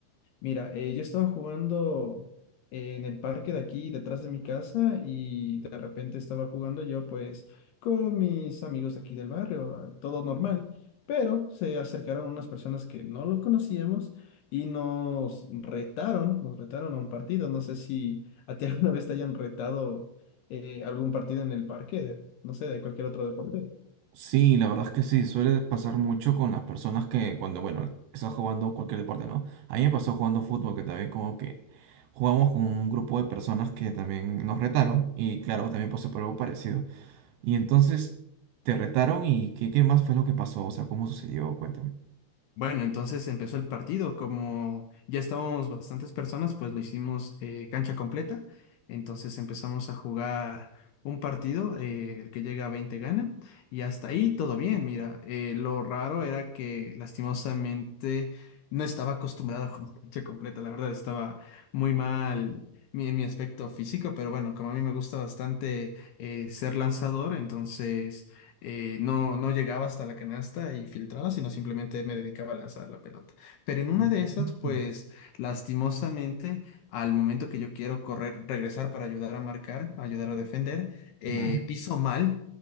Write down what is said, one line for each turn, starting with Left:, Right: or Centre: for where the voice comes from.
Left: Mira, eh, yo estaba jugando en el parque de aquí, detrás de mi casa, y de repente estaba jugando yo, pues, con mis amigos de aquí del barrio, todo normal, pero se acercaron unas personas que no lo conocíamos y nos retaron, nos retaron a un partido. No sé si a ti <laughs> alguna vez te hayan retado eh, algún partido en el parque, no sé, de cualquier otro deporte.
Right: Sí, la verdad es que sí, suele pasar mucho con las personas que cuando, bueno, estás jugando cualquier deporte, ¿no? A mí me pasó jugando fútbol, que también como que jugamos con un grupo de personas que también nos retaron y claro, también pasó por algo parecido. Y entonces, ¿te retaron y qué, qué más fue lo que pasó? O sea, ¿cómo sucedió? Cuéntame.
Left: Bueno, entonces empezó el partido. Como ya estábamos bastantes personas, pues lo hicimos eh, cancha completa. Entonces empezamos a jugar un partido, eh, el que llega a 20 gana. Y hasta ahí todo bien, mira. Eh, lo raro era que lastimosamente no estaba acostumbrada a jugar cancha completa. La verdad estaba muy mal. mi- en mi aspecto físico, pero bueno, como a mí me gusta bastante eh, ser lanzador, entonces eh, no, no llegaba hasta la canasta y filtraba, sino simplemente me dedicaba a lanzar la pelota. Pero en una
Right: Mm,
Left: de esas, pues lastimosamente, al momento que yo quiero correr, regresar para ayudar a marcar, ayudar a defender, eh,
Right: ya.
Left: piso mal.